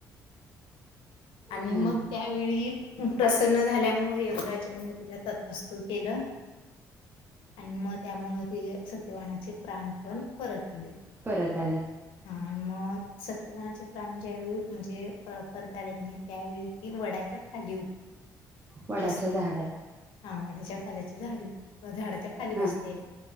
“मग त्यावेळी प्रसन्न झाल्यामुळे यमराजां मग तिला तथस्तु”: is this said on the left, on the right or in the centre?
Left